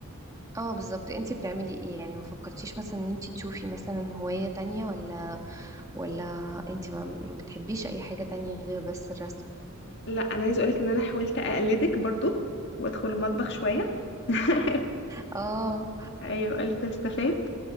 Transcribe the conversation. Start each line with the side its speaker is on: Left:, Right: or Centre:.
Right: اه بالظبط انتي بتعملي ايه يعني ما فكرتيش مثلا ان انتي تشوفي مثلا هواية تانية ولا ولا انتي ما ما بتحبيش اي حاجة تانية غير بس الرسم
Left: لا انا عايزه اقولك ان انا حاولت اقلدك برضو وادخل المطبخ شويه <laughs>
Right: اه
Left: ايوه قلت استفاد